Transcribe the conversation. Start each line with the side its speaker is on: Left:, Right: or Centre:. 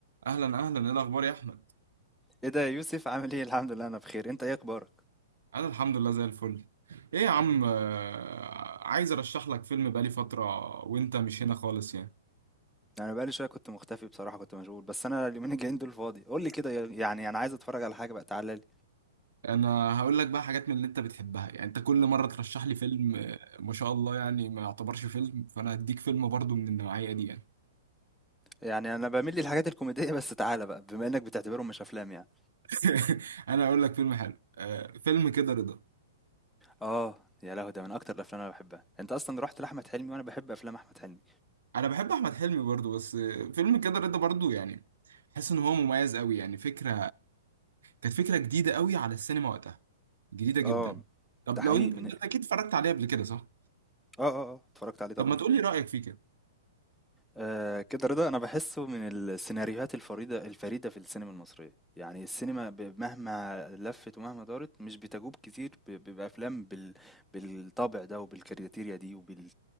Right: اهلا اهلا ايه الاخبار يا احمد
Centre: ايه ده يا يوسف عامل ايه الحمد لله انا بخير انت ايه اخبارك
Right: انا الحمد لله زي الفل ايه يا عم آه، عايز ارشح لك فيلم بقالي فتره وانت مش هنا خالص يعني
Centre: انا بقالي شويه كنت مختفي بصراحه كنت مشغول بس انا اليومين الجايين دول فاضي قول لي كده يعني انا عايز اتفرج على حاجه بقى تعالى لي
Right: انا هقول لك بقى حاجات من اللي انت بتحبها يعني انت كل مره ترشح لي فيلم آه، ما شاء الله يعني ما يعتبرش فيلم فانا هديك فيلم برضو من النوعيه دي يعني
Centre: يعني انا بميل للحاجات الكوميديه بس تعالى بقى بما انك بتعتبرهم مش افلام يعني
Right: <laughs> انا هقول لك فيلم حلو آه، فيلم كده رضا
Centre: اه يا لهوي ده من اكتر الافلام اللي انا بحبها انت اصلا رحت لاحمد حلمي وانا بحب افلام احمد حلمي
Right: انا بحب احمد حلمي برضو بس آه، فيلم كده رضا برضو يعني حاسس ان هو مميز قوي يعني فكره كانت فكرة جديدة قوي على السينما وقتها جديدة جدا
Centre: اه
Right: طب
Centre: ده حقيقي
Right: لو انت
Centre: من
Right: انت
Centre: إيه؟
Right: اكيد اتفرجت عليه قبل كده صح
Centre: اه اه اه اتفرجت عليه
Right: طب
Centre: طبعا
Right: ما تقولي رأيك فيه كده
Centre: آه كده رضا انا بحسه من السيناريوهات الفريدة الفريدة في السينما المصرية يعني السينما ب- مهما لفت ومهما دارت مش بتجوب كتير ب- ب- بافلام بال بالطابع ده وبالكارياتيريا دي وبال